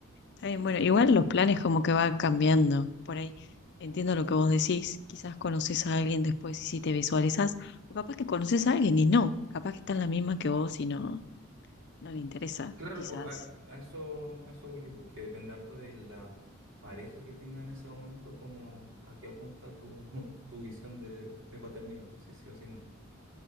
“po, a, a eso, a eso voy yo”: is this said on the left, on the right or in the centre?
Right